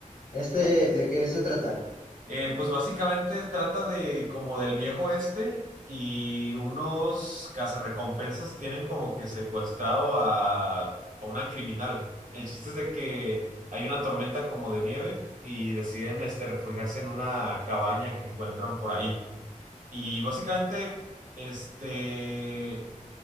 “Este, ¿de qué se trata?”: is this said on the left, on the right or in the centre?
Left